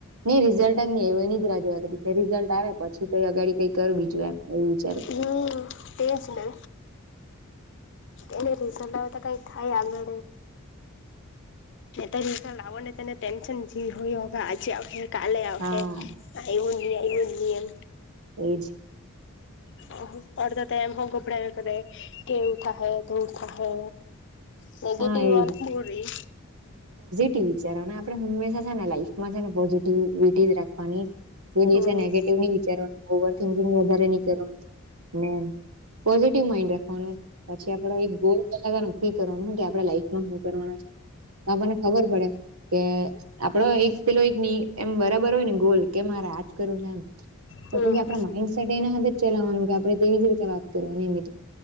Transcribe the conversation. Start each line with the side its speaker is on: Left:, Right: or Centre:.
Right: નહીં રિસલ્ટ અજ નહીં આયુ એ નીદરા જો રિઝલ્ટ આવે પછી કઈ અગાડી કઈ કરવી જોઈએ એમ. એવું વિચારું
Left: હમ્મ, તેજ ને. અને રિસલ્ટ આવે તો કઈક થાય આગાંડે. ત લાવો ને તેને ટેન્શન જે હોય હવે આજે હવે કાલે આવ
Right: હા
Left: હે આઈ હલી આઈ હલી એમ.
Right: એ જ
Left: તો હું અર્ધા તો એમ હ ગભરા કરે કે ઉઠા હે તો ઉઠા હે. નનેગટિવવાલા
Right: હા એ
Left: બોરી
Right: ટી વિચારવાના. આપણે હંમેશા છે ને લાઈફમાં છે ને પોઝિટ ટીવીટી રાખવાની એ ડે
Left: હમ
Right: નેગેટિવ ન વિચારવાનું. ઓવરિકિંગ વધારે નહી કરવાનું. મે પોઝિટિવ માઈન્ડ રાખવાનો. પછી આપડો એક ગોલ લવાનો નક્કી કરવાનોને કે આપડે લાઈફમાં શું કરવાના છે. તો આપણને ખબર પડે કે આપડો એક પેલો એક ની એમ બરાબર હોય ને ગોલ કે મારે આજ કરું છે એમ તો
Left: હમ
Right: પછી આપડા માઈન્ડસેટ એના હ જ ચલાવાનું. કે આપણેે તેવી જ રીતે વાત કરવાની. ને